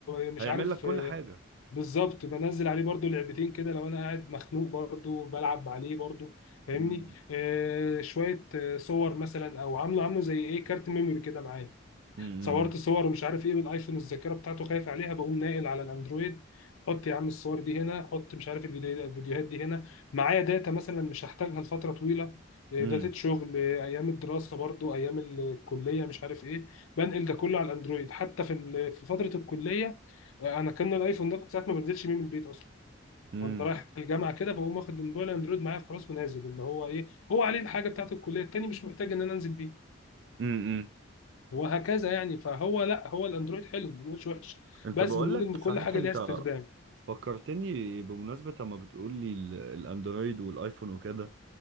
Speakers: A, on the left (about 85°); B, on the right (about 60°).
A: آه، مش
B: هيعمل
A: عارف
B: لك كل
A: آه،
B: حاجه
A: بالظبط بنزل عليه برضو لعبتين كده لو انا قاعد مخنوق برضو بلعب عليه برضو فاهمني
B: امم
A: آه شويه آه، صور مثلا او عامله عامله زي ايه كارت ميموري كده معايا
B: امم
A: صورت صور ومش عارف ايه والايفون الذاكره بتاعته خايف عليها بقوم ناقل على الاندرويد حط يا عم الصور دي هنا حط مش عارف الفيديو- الفيديوهات دي هنا معايا داتا مثلا مش هحتاجها لفتره طويله إيه،
B: امم
A: داتا شغل إيه، ايام الدراسه برضو ايام الكليه مش عارف ايه بنقل ده كله على الاندرويد حتى في ال- في فتره الكليه آه، انا كان الايفون ده كنت ساعات ما بنزلش بيه من البيت اصلا
B: امم
A: وانا رايح الجامعه كده بقوم واخد الموبايل اندرويد معايا خلاص ونازل اللي هو ايه هو عليه الحاجه بتاعت الكليه التاني مش محتاج ان انا انزل بيه
B: امم
A: وهكذا يعني فهو لا هو الاندرويد حلو ما بنقولش وحش
B: انت
A: بس
B: بقول
A: بنقول
B: لك
A: ان
B: صحيح
A: كل حاجه
B: انت
A: ليها استخدام
B: فكرتني بمناسبه اما بتقول لي ال- الاندرويد والايفون وكده